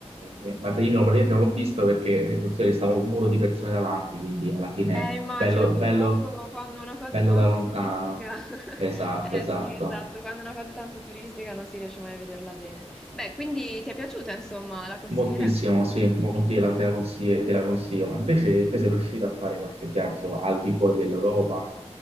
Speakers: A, on the right; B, in the centre.
A: eh, Mattarino praticamente non l'ho visto perché eh, considero che stava un muro di persone davanti, quindi alla fine
B: Eh, immagino,
A: bello,
B: purtroppo
A: bello,
B: quando una cosa
A: bello
B: è tanto
A: da lontano.
B: turistica, <laughs>
A: Esatto,
B: eh
A: esatto.
B: sì, esatto, quando una cosa è tanto turistica non si riesce mai a vederla bene. Beh, quindi ti è piaciuta, insomma, la consiglieresti?
A: Moltissimo, sì, molti la te la consigli- te la consiglio, ma invece te sei riuscito a fare qualche viaggio al di fuori dell'Europa,